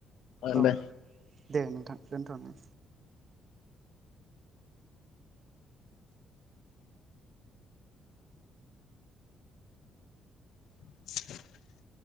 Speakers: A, on the left (about 75°); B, on the right (about 45°).
A: ओ
B: औ।
A: दे
B: दे नोंथां दोनथ'नो
A: <inaudible>